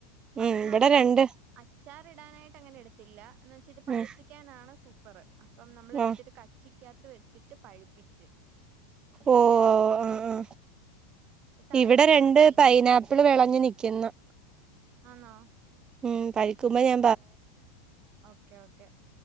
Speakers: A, on the right (about 45°); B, on the right (about 25°).
A: അപ്പ
B: ഉം
A: അത് നമ്മള്
B: ഇവിടെ രണ്ട്
A: അച്ചാറിടാനായിട്ട് അങ്ങനെ എടുത്ത് ഇല്ല <unintelligible> എന്ന് വെച്ച് ഇത് പഴുപ്പിക്കാനാണ്
B: ഉം
A: സൂ <unintelligible> പറ അപ്പം നമ്മൾ എടുത്തിട്ട്
B: ആഹ്
A: കച്ചി <unintelligible> ക്കിത്ത് വെച്ചിട്ട് പഴിപ്പിച്ച്
B: ഓഓ ആആ
A: തറേ
B: ഇവിടെ
A: വീഴാതെ
B: രണ്ട് പൈനാപ്പിൾ
A: നെറ്റിട്ട്
B: വെളഞ്ഞു നിൽക്കുന്നു
A: ആന്നോ
B: ഉം കഴിക്കുമ്പോ ഞാ
A: ഓക്കെ ഓക്കെ ക്കെ